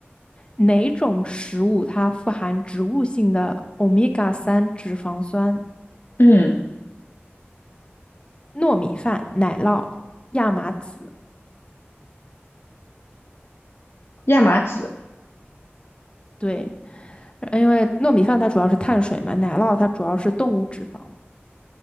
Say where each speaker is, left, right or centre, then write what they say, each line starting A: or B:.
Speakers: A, on the left; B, on the left.
A: 哪种食物它富含植物性的欧米伽三脂肪酸？
B: 嗯，
A: 糯米饭、奶酪、亚麻籽。
B: 亚麻籽。
A: 对，因为糯米饭它主要是碳水嘛，奶酪它主要是动物脂肪。